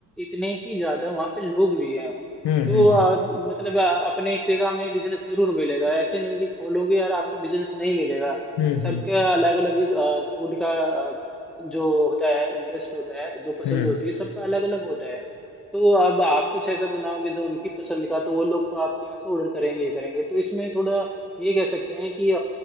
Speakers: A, in the centre; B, on the left.
A: इतने ही ज्यादा वहाँ पे लोग भी हैं
B: हम्म
A: तो
B: हम्म
A: अ, मतलब अ, अपने हिस्से का हमें बिजनेस जरूर मिलेगा ऐसे नहीं कि खोलोगे यार आपको बिजनेस नहीं मिलेगा
B: हम्म
A: सबका अलग अलग फूड का अ, जो होता है इंटरेस्ट होता है जो पसंद
B: हम्म
A: होती है सबका अलग अलग होता है तो अब आप कुछ ऐसा बनाओगे जो उनकी पसंद का तो वो लोग तो आपके यहाँ से ऑर्डर करेंगे ही करेंगे तो इसमें थोड़ा ये कह सकते हैं कि